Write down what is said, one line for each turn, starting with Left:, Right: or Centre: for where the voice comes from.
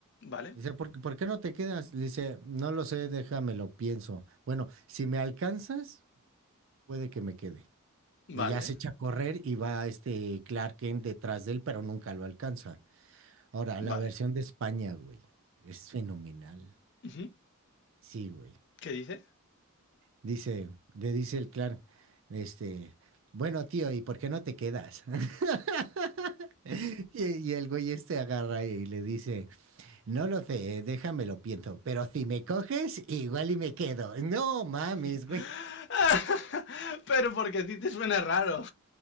Left: Vale,
Right: Dice, ¿por, qué por qué no te quedas? Le dice, no lo sé, déjame lo pienso. Bueno, si me alcanzas, puede que me quede.
Left: vale,
Right: Y ya se echa a correr y va este Clark Kent detrás de él, pero nunca lo alcanza. Ahora,
Left: vale.
Right: la versión de España, güey, es fenomenal.
Left: Ujú.
Right: Sí, güey.
Left: ¿Qué dice?
Right: Dice, le dice el Clark, este, bueno, tío, ¿y por qué no te quedas? <laughs> Y, y el güey este agarra y le dice, no lo sé, déjame lo pienso, pero si me coges, igual y me quedo. No mames,
Left: <laughs>
Right: güey.
Left: Pero porque a ti te suena raro.